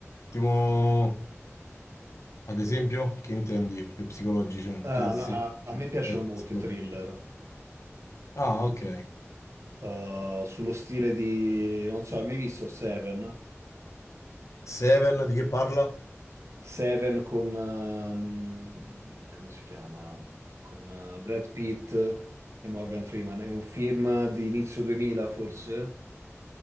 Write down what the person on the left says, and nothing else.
Tipo, ad esempio, che intendi per psicologica?
Per, se-
per
psicologica.
Ah, ok.
Seven di che parla?